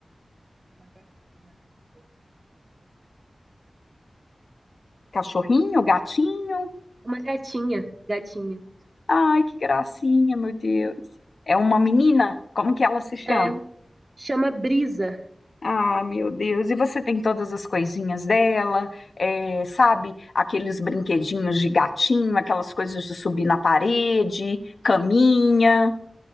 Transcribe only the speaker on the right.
uma gatinha maravilhosa.
Uma gatinha, gatinha.
É, chama Brisa.